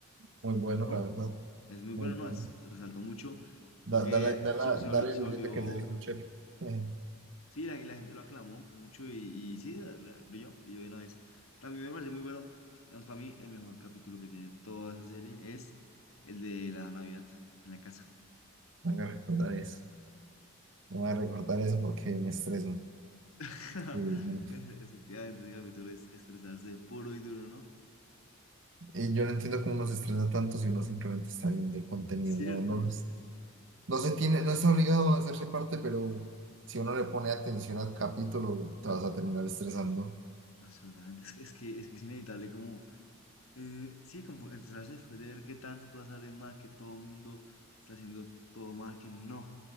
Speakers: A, on the right; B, on the left.
A: muy bueno,
B: ¿Cómo?
A: la verdad,
B: Es muy bueno,
A: muy
B: ¿no?
A: bueno.
B: Es, resaltó mucho.
A: Da-
B: Creo que
A: dale, dale,
B: se, se
A: dale
B: vol- se
A: la ilusión
B: volvió
A: de que te dijo Chef. <laughs> Eh,
B: Sí, la, y la gente lo aclamó mucho y, y sí, la- la- brilló, brilló de una vez. También me parece muy bueno, digamos, para mí el mejor capítulo que tiene toda esa serie es el de la Navidad en la casa.
A: me voy a recordar eso. Me voy a recordar eso porque me estreso.
B: <laughs>
A: Y, no-
B: E- Efectivamente, ese capítulo es estresarse puro y duro, ¿no?
A: y yo no entiendo cómo nos estresa tanto si uno simplemente está viendo el contenido.
B: Cierto.
A: No, no, no se tiene, no está obligado a hacerse parte, pero si uno le pone atención al capítulo, te vas a terminar estresando.
B: Absolutamente, es que es, que, es, que es inevitable como, eh, sí, como estresarse después de ver que tantas cosas salen mal, que todo el mundo está haciendo todo mal, que no,